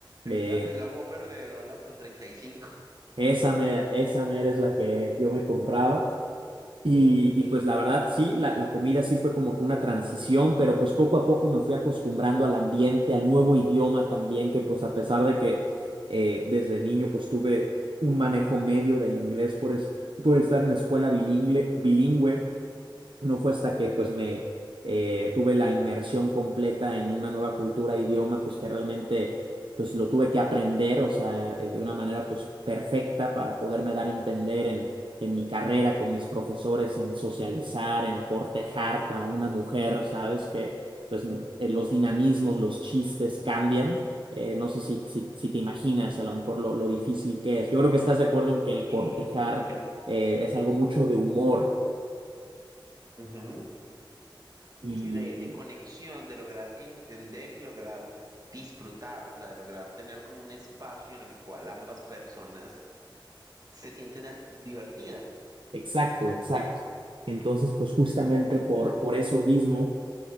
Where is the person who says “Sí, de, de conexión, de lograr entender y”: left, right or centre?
Right